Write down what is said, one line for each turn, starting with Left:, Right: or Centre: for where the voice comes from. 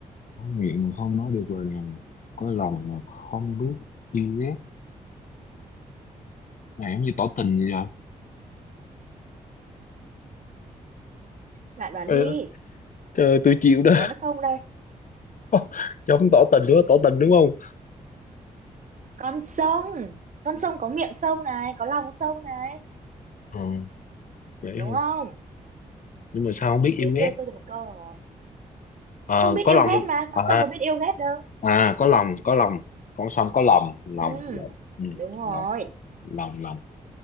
Left: có miệng mà không nói được lời nào có lòng mà không biết yêu ghét này giống như tỏ tình vậy trời
Right: bạn đoán
Left: Ờ,
Right: đi
Left: trời, tôi chịu đó
Right: đoán được không đây
Left: <laughs> giống tỏ tình đúng không tỏ tình
Right: Ừ,
Left: đúng không
Right: con sông con sông có miệng sông này có lòng sông này
Left: ừ vậy
Right: đúng
Left: thôi
Right: không
Left: nhưng mà sao không biết yêu
Right: thế
Left: ghét
Right: thua tôi được một câu rồi
Left: Ờ,
Right: không biết
Left: có
Right: yêu
Left: lòng
Right: ghét mà con
Left: à
Right: sông có biết yêu ghét đâu
Left: à có lòng có lòng con sông có lòng lòng
Right: ừ
Left: lòng ừ,
Right: đúng rồi
Left: lòng lòng lòng